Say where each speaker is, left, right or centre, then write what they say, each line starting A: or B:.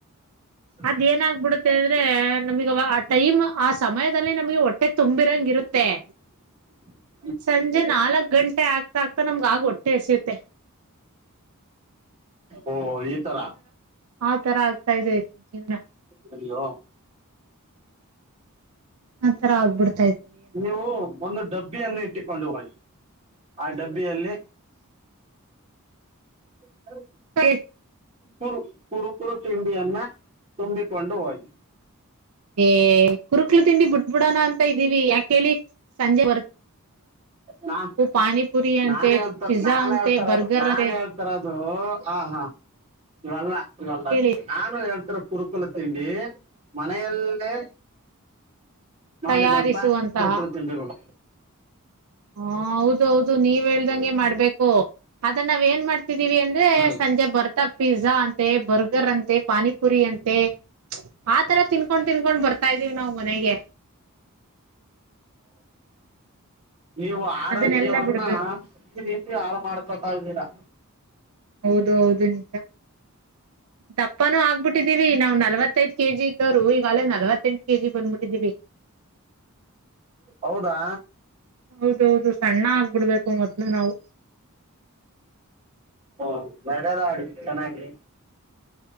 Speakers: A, on the right (about 30°); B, on the right (about 70°).
A: <inaudible>
B: ಅದೆನಾಗ್ ಆಗ್ಬಿಡುತ್ತೆ ಅಂದ್ರೆ ನಮಿಗ್ ಆ ಟೈಮ್ ಆ ಸಮಯದಲ್ಲಿ ನಮಗೆ ಹೊಟ್ಟೆ ತುಂಬಿರಂಗ ಇರುತ್ತೆ. <unintelligible>
A: <inaudible>
B: ಸಂಜೆ ನಾಲ್ಕ್ ಗಂಟೆ ಆಗ್ತಾ ಆಗ್ತಾ ನಮ್ಗ ಆಗ ಹೊಟ್ಟೆ ಎಸಿಯುತ್ತೆ
A: ಓ ಈತರ
B: ಆ ತರ ಆಗ್ತಾ ಇದೆ ಜೀವನ
A: ಅರಿೋ
B: ಆ ತರ ಆಗ್ಬಿಡ್ತ
A: ನೀವು ಒಂದು ಡಬ್ಬಿಯನ್ನು ಇಟ್ಟಕೊಂಡು ಹೋಗಿ ಆ ಡಬ್ಬಿಯಲ್ಲಿ ೆ
B: ಸರಿ
A: ಕುರು ಕುರುಕುರು ತಿಂಡಿಯನ್ನ ತುಂಬಿಕೊಂಡು ಹೋಗಿ
B: ಏ ಕುರುಕ್ಲು ತಿಂಡಿ ಬಿಟ್ಬಿಡೋಣ ಅಂತ ಇದ್ದೀವಿ ಯಾಕೇಳಿ ಸಂಜೆ ಬರ್
A: ನಾ
B: ಪಾನಿಪುರಿ ಅಂತೆ
A: ನಾನನ್ ಹೇಳ್ತ
B: ಪಿಜ್ಜಾ
A: ನಾನ್
B: ಅಂತೆ
A: ಹೇಳ್ತಾರದು
B: ಬರ್ಗರ್
A: ನಾನ್
B: ಅಂತೆ
A: ಹೇಳ್ತಾರದು ಹ ಹಾ ಇವಲ್ಲ ಇವಲ್ಲ
B: ಹೇಳಿ
A: ನಾನು ಹೇ ಕುುರುಕಲ ತಿಂಡಿ ಮನೆಯಲ್ಲೇ ಮಾಡಿದ್ಂಂತ
B: ತಯಾರಿಸುವಂತಹ
A: ಕುುರುಕರು ತಿಂಡಿಗಳು
B: ಹಾ ಹೌದು ಹೌದು ನೀವ್ ಹೇಳ್ದಂಗೆ ಮಾಡ್ಬೇಕು ಅದ ನಾವ್ ಏನ್ ಮಾಡ್ತಿದೀವಿ ಅಂದ್ರೆ
A: ಹ್ಮ್
B: ಸಂಜೆ ಬರ್ತ ಪಿಜಜಾ ಅಂತೆ ಬರ್ಗರ್ ಅಂತೆ ಪಾನಿಪುರಿ ಅಂತೆ ಆ ತರ ತಿನ್ಕೊಂಡ್ ತಿನ್ಕೊಂಡ್ ಬರ್ತಾ್ದೀವಿ ನಾವು ಮನೆಗೆ
A: ನೀವು ಆರೋಗ್ಯವನ್ನ
B: ಅದನ್ನೆಲ್ಲಾ ಬಿಡ್ಬೇಕು
A: ಈ ರೀತಿ ಹಾಳು ಮಾಡಾ್ಕೊತಾ ಇದ್ದೀರಾ
B: ಹೌದು ಹೌದು ನಿಂತ ದಪ್ಪನೂ ಆಗ್ಬಿಟ್ಟಿದ್ದೀವಿ ನಾವ್ ನಲವತ್ತೈದ್ ಕೆಜಿ ವರು ಈಗಾಗಲೇ ನಲ್ವತ್ತೆಂಟು ಕೆಜಿ ಬಂದ್ಬಿಟ್ಟಿದ್ದೀವಿ
A: ಹೌದಾ
B: ಹೌದೌದು ಸಣ್ಣ ಆಗ್ಬಿಡ್ಬೇಕು ಮೊದ್ಲು ನಾವು
A: ಹಓ ನಡದ ಆಡಿ ಚೆನ್ನಾಗಿ